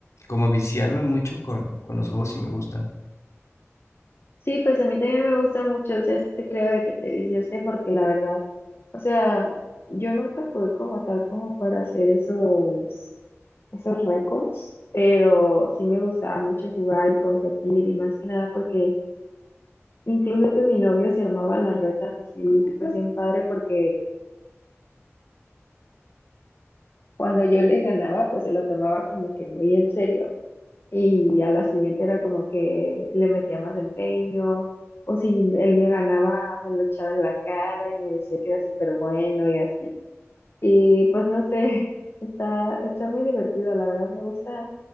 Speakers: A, on the left; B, on the left.
A: como a viciarme mucho con, con los juegos y me gustan.
B: Sí, pues a mí también me gusta mucho, o sea, este creo de que te disguste porque la verdad, o sea, yo nunca jugué como tal como para hacer esos, esos récords, pero sí me gustaba mucho jugar y competir y más que nada porque incluso con mi novio se armaba las retas así, pues bien padre porque cuando yo le ganaba, pues se lo tomaba como que muy en serio y a la siguiente era como que le metía más empeño, o si él me ganaba, me lo echaba en la cara y me decía que era súper bueno y así. Y pues no sé, <laughs> está, está muy divertido, la verdad, me gusta,